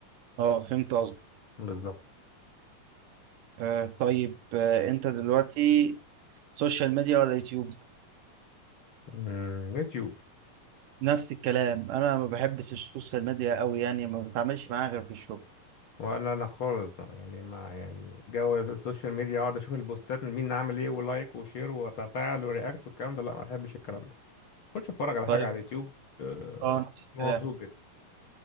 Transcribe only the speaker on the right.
اه فهمت قصدك
آه طيب آه انت دلوقتي سوشيال ميديا ولا يوتيوب
نفس الكلام انا ما بحبش السوشيال ميديا قوي يعني ما بتعاملش معاها غير في الشغل
طيب
اه نفس الكلام